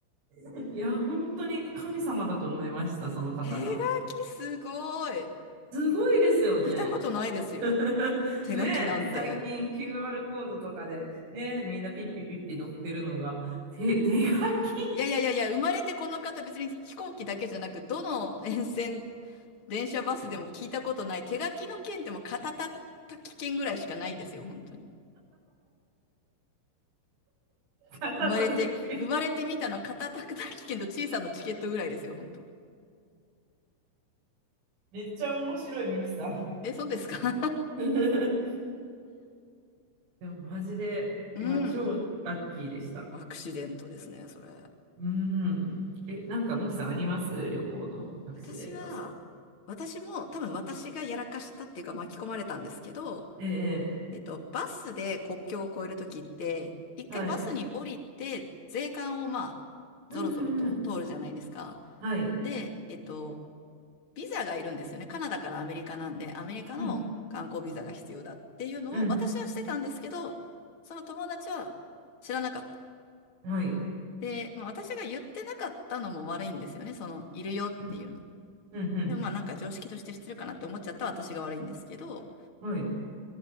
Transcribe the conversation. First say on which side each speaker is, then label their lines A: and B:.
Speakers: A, on the right; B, on the left.
A: <laughs> いや、本当に神様だと思いました、その方が。
B: 手書きすごい。
A: すごいですよね。
B: 聞いたことないですよ。
A: <laughs>
B: 手書きなんて。
A: ねえ、最近 QR コードとかで、ねえ、みんなピッピピッピ載ってるのが、手、手書き
B: いやいやいやいや、生まれてこの方別に飛行機だけじゃなく、どの沿線、電車バスでも聞いたことない。手書きの件でも片たたき券ぐらいしかないですよ、本当に。
A: だったんだっけ。
B: 生まれて、生まれてみたの片たき券と小さなチケットぐらいですよ、本当。
A: めっちゃ面白い、ミキさん。
B: え、そうですか <laughs>
A: <laughs> でもマジで、
B: うん。
A: いや、超ラッキーでした。
B: アクシデントですね、それ。
A: うん。え、なんかミキさんあります旅行のアクシデント。
B: 私は、私も多分私がやらかしたっていうか巻き込まれたんですけど、
A: ええ、え
B: えっと、バスで国境を越えるときって、一回バスに降りて、
A: えはい。
B: 税関をまあ、
A: うんうんうん。
B: ぞろぞろと通るじゃないですか。
A: はい。
B: で、えっと、ビザがいるんですよね。カナダからアメリカなんで、アメリカの観光ビザが必要だっていうのを私はしてたんですけど、
A: うん、うん、
B: その友達は知らなかった。
A: はい。
B: で、まあ、私が言ってなかったのも悪いんですよね。その、いるよっていうの。
A: うん、うん、うん、
B: でもまあなんか常識として知ってるかなって思っちゃった私が悪いんですけど、
A: はい。